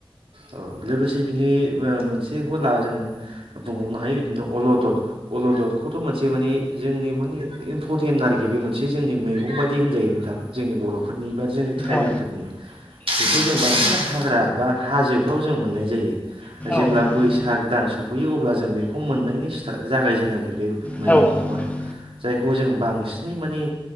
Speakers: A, on the right (about 75°); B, on the left (about 15°).
A: औ लोगोसे बिनि ओ मोनसे खौ ला जों बुंबावनो हायो बिदिनो अलदद अलददखौथ' मोनसे माने जोंनि माने इम्परटेन्ट आरोखि बे मोनसे जोंनि मैगं बायदि होनजायो नोंथां। जोंनि बर'फोरनि बा जोंनि ट्राइबेलफोरनि
B: औ
A: बेखौ जों बांसिन हाग्रा बा हाजोफ्राव जों मोननाय जायो जेब्ला
B: औ नंगौ
A: बैसाग दान सफैयो अब्ला जों बेखौ मोननायनि स्टार जागायजेदों आरोखि बे मैगंखौ
B: औ नंगौ
A: <unintelligible> जायखौ जों बांसिनै माने